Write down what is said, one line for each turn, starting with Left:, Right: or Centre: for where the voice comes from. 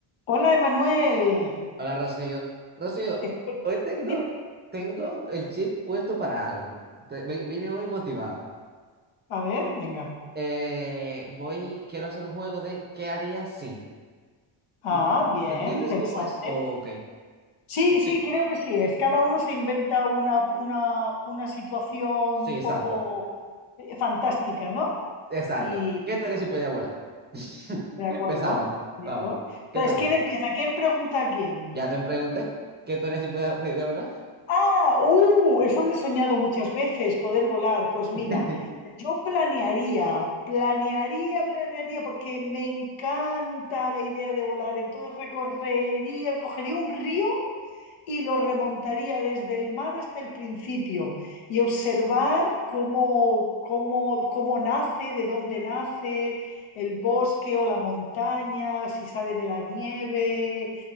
Left: Hola, Emanuel.
Right: Hola, Rocío. Rocío,
Left: Estoy-
Right: hoy tengo,
Left: Dime,
Right: tengo el chip puesto para algo. Te- vi- vine hoy motivado.
Left: a ver, venga.
Right: Eh, voy, quiero hacer un juego de ¿qué harías si?
Left: Ah,
Right: Mm,
Left: bien,
Right: ¿Entiendes
Left: interesante.
Right: cómo es o qué?
Left: Sí,
Right: ¿Me explico?
Left: sí, creo que sí es. Cada uno se inventa una, una, una situación
Right: Sí,
Left: un
Right: exacto.
Left: poco eh, fantástica, ¿no?
Right: Exacto.
Left: Y
Right: ¿Qué te harías si pudiera volar? <laughs>
Left: de acuerdo,
Right: Empezamos.
Left: de
Right: Vamos.
Left: acuerdo. Entonces,
Right: ¿Qué te harías?
Left: ¿quién empieza? ¿Quién pregunta a quién?
Right: Ya te pregunté. ¿Qué te harías si pudiera pudiera volar?
Left: Ah, uh, eso lo he soñado muchas veces, poder volar. Pues mira,
Right: Sí. <laughs>
Left: yo planearía, planearía, planearía, porque me encanta la idea de volar. Entonces recorrería, cogería un río y lo remontaría desde el mar hasta el principio y observar cómo, cómo, cómo nace, de dónde nace el bosque o la montaña, si sale de la nieve.